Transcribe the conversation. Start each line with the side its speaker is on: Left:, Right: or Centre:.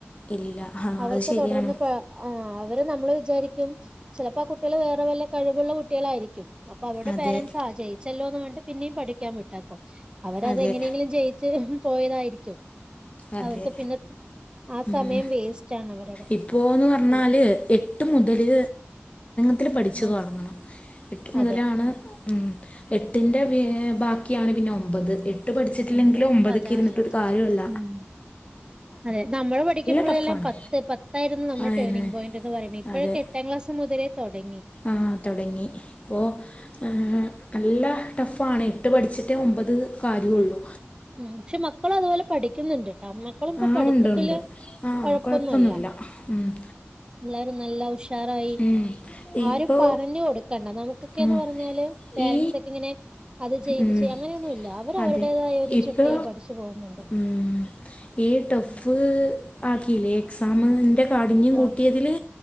Left: ഇല്ല ആ
Right: അവർക്ക്
Left: അത് ശരിയാണ്
Right: തുടർന്ന് പ ആ അവര് നമ്മള് വിചാരിക്കും ചിലപ്പോ ആ കുട്ടികള് വേറെ വല്ല കഴ് വ്ള്ള കുട്ടികളായിരിക്കും. അപ്പോ അവരുടെ
Left: അതെ
Right: പേരൻ്റ്സാ ആ ജയിച്ചല്ലോന്ന് പറഞ്ഞ്ട്ട് പിന്നേം പഠിക്കാൻ വിട്ടാക്കും. അവരതെങ്ങനെങ്കിലും
Left: അതെ
Right: ജയിച്ച് പോയതായിരിക്കും
Left: അതെ.
Right: അവർക്ക് പിന്നെ ആ
Left: ഊം.
Right: സമയം വേസ്റ്റ് ആണ് അവരുടെ
Left: ഇപ്പോന്ന് പറഞ്ഞാല്
Right: അല്ലെ
Left: എട്ട് മുതല്
Right: ഉം
Left: ത്തില് പഠിച്ചു
Right: ആ
Left: തൊടങ്ങണം. എട്ട് മുതലാണ്
Right: അതെ
Left: ഉം എട്ടിന്റെ ഏ ബാക്ക്യാണ് പിന്നെ ഒമ്പത് എട്ട് പഠിച്ചിട്ടില്ലെങ്കില്
Right: അതെ
Left: ഒമ്പത്ക്ക്
Right: അതെ
Left: ഇരുന്നിട്ടൊരു
Right: അതെ
Left: കാര്യോല്ല.
Right: ഉം. അതെ. നമ്മള് പഠിക്കുമ്പോളെല്ലാം
Left: ടഫാണ്
Right: പത്ത് പത്തായിരുന്നു നമ്മുടെ
Left: അയന്നെ
Right: ടേണിംഗ് പോയിന്റ്ന്ന് പറണേ. ഇപ്പോഴൊക്കെ
Left: അതെ
Right: എട്ടാം ക്ലാസ് മൊതലേ തൊടങ്ങി.
Left: ആ തൊടങ്ങി. ഇപ്പോ ആ നല്ല ടഫാണ്. എട്ട് പഠിച്ചിട്ടേ ഒമ്പത് കാര്യോള്ളു.
Right: ഉം. പക്ഷേ മക്കളും അതുപോലെ പഠിക്കുന്നുണ്ട്ട്ടോ. മക്കളും ഇപ്പോ
Left: ആ
Right: പഠിത്തത്തില്
Left: ഉണ്ട് ഉണ്ട് ആ
Right: ഒഴപ്പൊന്ന്വല്ല.
Left: കുഴപ്പമൊന്നുമില്ല ഉം
Right: എല്ലാരും നല്ല ഉഷ് എത്താറായി.
Left: ഉം
Right: ആരും
Left: ഇപ്പോ
Right: പറഞ്ഞു കൊടുക്കണ്ട. നമുക്കൊക്കേന്ന്
Left: ഉം
Right: പറഞ്ഞാല് പേരൻറ്സൊക്കെങ്ങനെ
Left: ഈ
Right: അത് ചെയ്യ് ഇത്
Left: ഉം
Right: ചെയ്യ് അങ്ങനെയൊന്നുല്യാ. അവരവരുടേതായ
Left: അതെ
Right: ഒരു
Left: ഇപ്പോ
Right: ട്ടില് പഠിച്ചു പോകുന്നുണ്ട്.
Left: ഉം ഈ ടഫ്
Right: ഉം
Left: ആക്കിയില്ലേ? എക്സാമ് ന്റെ പടിഞ്ഞ് കൂട്ടിയതില്
Right: ആഹ്